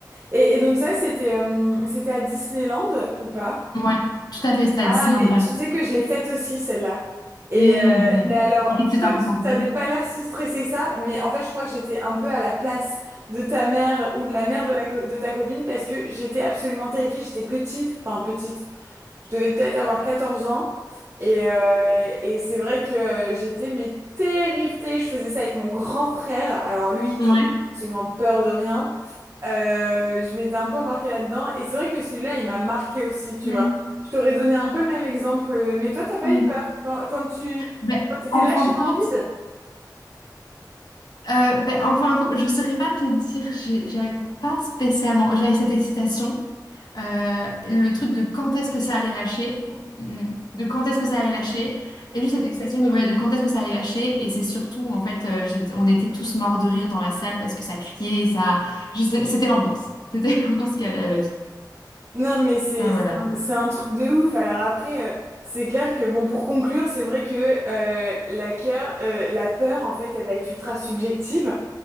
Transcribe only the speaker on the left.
Ouais, tout à fait, c'était
à Disneyland
Paris.
Hmm.
Et qu'est-ce
que t'as ressenti?
Mhm. Ouais.
Mmh.
Mm.
Ben,
en
fin de compte,
euh, ben, en fin de compte, je ne saurais pas te dire, j'ai- j'avais pas spécialement, j'avais cette excitation, euh, le truc de quand est-ce que ça allait lâcher, mm, de quand est-ce que ça allait lâcher, et juste cette excitation de, ouais, de quand est-ce que ça allait lâcher, et c'est surtout, en fait, euh, j'étais- on était tous morts de rire dans la salle parce que ça criait, et ça, je sais- c'était l'ambiance, c'était <laughs> l'ambiance qui allait avec.
Ah, voilà,